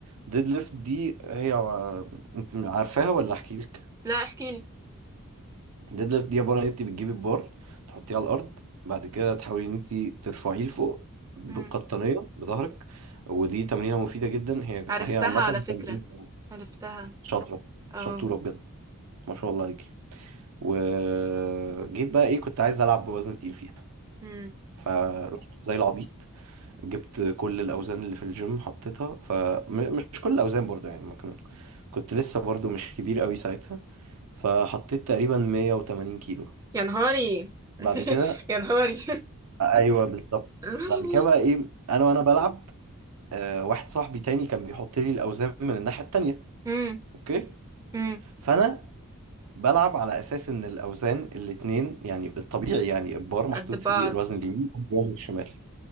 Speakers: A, on the right; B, on the right.
A: ديد ليفت دي هي انت عارفاها ولا احكي لك
B: لا احكي لي
A: ديد ليفت دي عباره ان انت بتجيبي البار تحطيه على الارض بعد كده تحاولي ان انت ترفعيه لفوق بالقطنيه
B: مم.
A: بظهرك ودي تمرينه مفيده جدا هي
B: عرفتها
A: هي عامه
B: على فكرة
A: تمرين
B: عرفتها
A: شاطره
B: اه
A: شطوره بجد ما شاء الله عليكي وجيت بقى ايه كنت عايز العب بوزن تقيل فيها
B: مم.
A: فرحت زي العبيط جبت كل الاوزان اللي في الجيم حطيتها فمش كل الاوزان برضو يعني ممكن كنت لسه برضو مش كبير قوي ساعتها فحطيت تقريبا 180 كيلو
B: يا نهاري <laughs>
A: بعد كده
B: يا نهاري
A: ايوه بالظبط
B: <laughs>
A: بعد كده بقى ايه انا وانا بلعب آه واحد صاحبي تاني كان بيحط لي الاوزان من الناحيه التانيه
B: مم.
A: اوكي
B: مم.
A: فانا بلعب على اساس ان الاوزان الاتنين يعني الطبيعي يعني البار محطوط
B: قد بعض
A: فيه الوزن اليمين والوزن الشمال